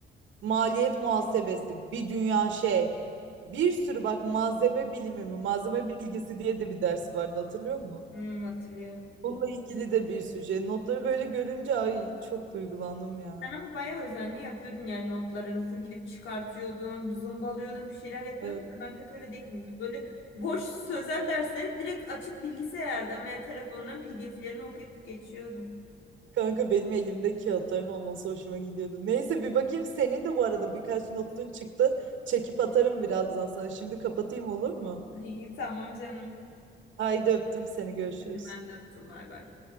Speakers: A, on the right; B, on the left.
A: Maliyet muhasebesi, bir dünya şey. Bir sürü bak malzeme bilimi mi, malzeme bilgisi diye de bir ders vardı hatırlıyor musun?
B: Hmm, hatırlıyorum.
A: Bununla ilgili de bir sürü şey. Notları böyle görünce ay çok duygulandım ya.
B: Sen ama bayağı özenli yapıyordun yani notlarını full gidip çıkartıyordun, zımbalıyordun, bir şeyler yapıyordun
A: Evet.
B: da ben pek öyle değilim. Böyle boş sözel dersleri direkt açıp bilgisayardan veya telefondan PDF'lerini okuyup geçiyordum.
A: Kanka benim elimde kağıtların olması hoşuma gidiyordu. Neyse bir bakayım senin de bu arada birkaç notun çıktı. Çekip atarım birazdan sana. Şimdi kapatayım olur mu?
B: <laughs> İyi tamam canım.
A: Haydi öptüm seni görüşürüz.
B: Hadi ben de öptüm bay bay.